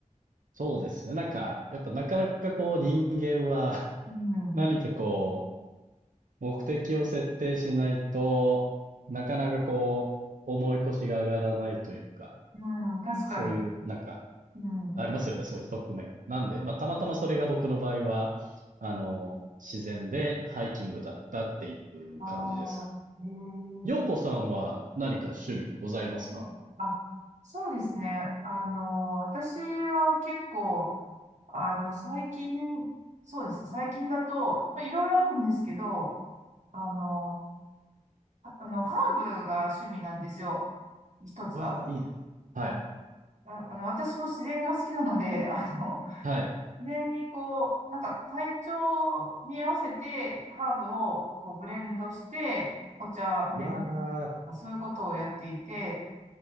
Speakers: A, on the right (about 80°); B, on the right (about 60°).
A: そうですね。なんか、やっぱなかなかこう人間は <laughs>
B: うん。
A: 何かこう、目的を設定しないと、なかなかこう、思い越しが上がらないというか、
B: うん、確かに。
A: そういう、なんか、
B: うん。
A: ありますよね、そういう側面が。なんで、まあ、たまたまそれが僕の場合は、あの、自然でハイキングだったっていう感じですか。
B: ああ、へえ。
A: ようこさんは何か趣味ございますか
B: うんあ、そうですね。あの、私は結構、あの、最近、そうですね。最近だと、まあ、いろいろあるんですけど、あの、ああの、ハーブが趣味なんですよ。一つは。
A: わあ、いいです。はい、
B: あ、あの、私も自然が好きなので、あの、
A: はい、
B: 自然にこう、なんか体調に合わせて、ハーブをこうブレンドして、お茶で飲む。
A: わ
B: そういうことをやっていて、